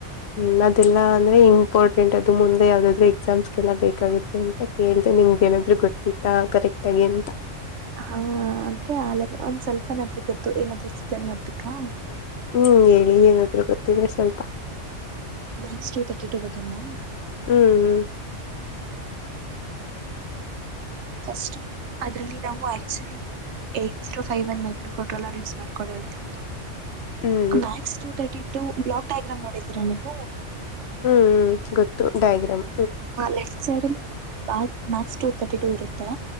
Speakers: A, on the left; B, on the right.
A: ಹ್ಮ್ ಅದೆಲ್ಲ ಅಂದ್ರೆ ಹ ಇಂಪಾರ್ಟೆಂಟ್ ಅದು ಮುಂದೆ ಯಾವವುದಾದ್ರು ಎಕ್ಸಾಮ್ಸ್ಗೆಲ್ಲ ಬೇಕಾಗುತ್ತೆ ಅಂತ ಕೇಳಿದೆೆ ನಿಮ್ಗೆ ಏನಾದ್ರು ಗೊತ್ತ ಕರೆಕ್ಟ್ ಟಾಗೆಂತ
B: ಹಾ ಅಂದ್ರೆ ಆ ಒಂದ್ ಸ್ವಲ್ಪ ನಾದ್ರೂ ಗೊತ್ತು ಏನಾದ್ರು ಎಕ್ಸ್ಪ್ಲೇನ್ ಮಾಡ್ಬೇಕಾ
A: ಹ್ಮ್ ಹೇಳಿ ಏನಾದ್ರು ಗೊತ್ತಿದ್ರೆ ಸ್ವಲ್ಪ
B: ನಕ್ಸ್ಟ್ ಟೂ ತರ್ಿ ಟೂ ಬಗ್ಗೆನಾ
A: ಹ್ಮ್ ಹ್ಮ್
B: ಹ ಸ್ ಅದ್ರಲ್ಲಿ ನಾವು actually eight zero five one micro ಕೋಟ್ರ use ಮಾಡ್ಕೊಂಡಿರ್ತೀವಿ
A: ಹ್ಮ್ ಹ್ಮ್
B: Max two thirty two block diagram ನೋಡಿದ್ದೀರಾ ನೀವು
A: ಹ್ಮ್ ಹ್ಮ್ ಗೊತ್ತು ಡ್ಯಾಗ್ರಾಮ್
B: ಹ ಲೆಫ್ಟ್ ಸೈಡ್ ಅಲ್ಲಿ ಮ್ಯಾಕ್ ಟ ತರ್ಟಿ ಟ ಇರುತ್ತೆ